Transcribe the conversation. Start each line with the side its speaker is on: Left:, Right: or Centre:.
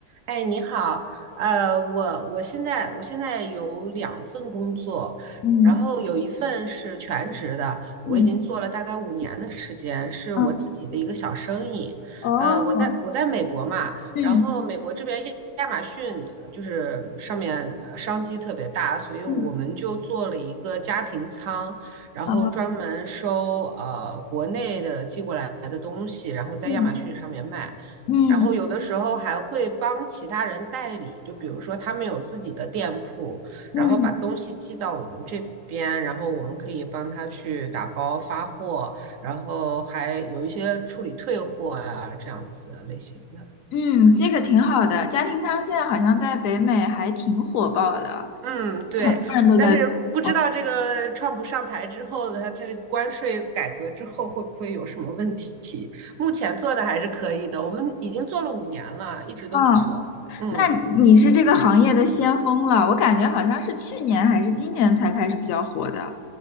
Right: 哎，你好，呃，我我现在我现在有两份工作，
Left: 嗯
Right: 然后有一份是全职的，我已经做了大概五年的时间，
Left: 嗯
Right: 是我自己的一个小生意。
Left: 嗯哦
Right: 呃，我在我在美国嘛，
Left: 嗯
Right: 然后美国这边亚亚马逊呃就是上面呃商机特别大，所以我们就做了一个家庭仓，
Left: 嗯
Right: 然后专门收呃国内的寄过来的东西，
Left: 哦
Right: 然后在亚马逊上面卖。
Left: 嗯嗯
Right: 然后有的时候还会帮其他人代理，就比如说他们有自己的店铺，
Left: 嗯
Right: 然后把东西寄到我们这边，然后我们可以帮他去打包发货，然后还有一些处理退货呀，这样子类型的。
Left: 嗯，这个挺好的。家庭舱现在好像在北美还挺火爆的，
Right: 嗯，对，
Left: 很多人都在。
Right: 但是不知道这个川普上台之后的他这个关税改革之后会不会有什么问题？
Left: 哦，
Right: 目前做的还是可以的，我们已经做了五年了，一直都不错。
Left: 哦
Right: 嗯。
Left: 那你是这个行业的先锋了，我感觉好像是去年还是今年才开始比较火的。